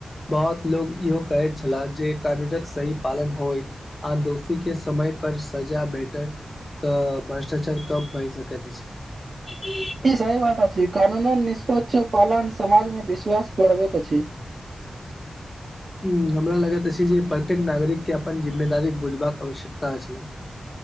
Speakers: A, on the left; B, on the right.
A: बहुत लोक इहो कहैत छलाह जे कानूनक सही पालन होइ। आ दोषी केँ समय पर सजा भेटैय। तऽ भ्रष्टाचार कम भइ सकैत अछि। <unintelligible>
B: ई सही बात अछि कानूनक निष्पक्ष पालन समाज में विश्वास बढ़बैत अछि।
A: हूँ हमरा लगैत अछि जे प्रत्येक नागरिक केँ अपन जिम्मेदारी बुझबाक आवश्यकता अछि।